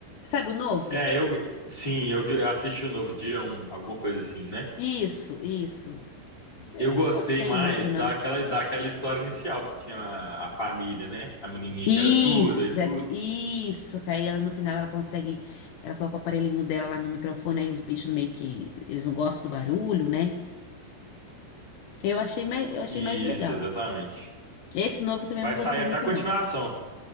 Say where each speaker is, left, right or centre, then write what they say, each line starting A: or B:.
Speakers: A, on the left (about 75°); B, on the left (about 50°).
A: sabe o novo?
B: É, eu sim, eu vi- eu assisti o novo Dia 1, alguma coisa assim, né?
A: Isso, isso. É,
B: Eu
A: Eu
B: gostei
A: não gostei
B: mais
A: muito, não.
B: daquela daquela história inicial que tinha a, a família, né? A menininha
A: Isso,
B: que era surda e tudo.
A: é que- isso. Que aí ela, no final, ela consegue, ela coloca o aparelhinho dela lá no microfone, aí os bichos meio que, eles não gostam do barulho, né? Eu achei, mai- eu achei
B: Isso,
A: mais legal.
B: exatamente.
A: Esse novo também
B: Vai
A: eu não
B: sair
A: gostei
B: até
A: muito,
B: a continuação.
A: não.